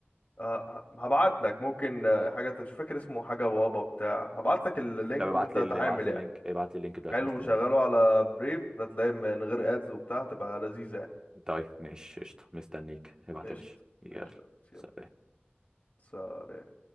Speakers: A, on the left; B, on the right.
A: آه، هبعت لك ممكن آه، حاجه مش فاكر اسمه حاجه بابا بتاع هبعت لك اللينك
B: طب ابعت
A: وانت
B: لي
A: تعامل
B: ابعت لي
A: يعني
B: اللينك ابعت لي اللينك دلوقتي
A: حلو
B: مستنيه
A: وشغله على بريف هتلاقي من غير ادز وبتاع هتبقى لذيذه يعني
B: طيب ماشي قشطه مستنيك ابعت
A: قشطه
B: يا باشا يلا
A: ماشي يلا
B: سلام
A: سلام